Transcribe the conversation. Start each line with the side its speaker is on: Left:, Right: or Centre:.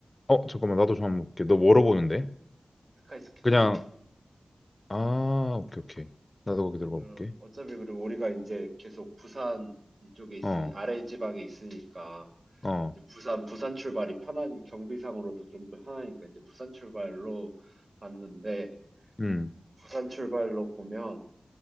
Left: 어, 잠깐만, 나도 좀 한번 볼게. 너 뭐로 보는데?
Right: 스카이 스캐너지.
Left: 그냥, 아, 오케이, 오케이. 나도 거기 들어가
Right: 이거
Left: 볼게.
Right: 어차피 그리고 우리가 이제 계속 부산 이쪽에 있으니
Left: 어,
Right: 아래 지방에 있으니까
Left: 어,
Right: 이제 부산 부산 출발이 편하니 경비상으로도 좀 편하니까 이제 부산 출발로 봤는데
Left: 음.
Right: 부산 출발로 보면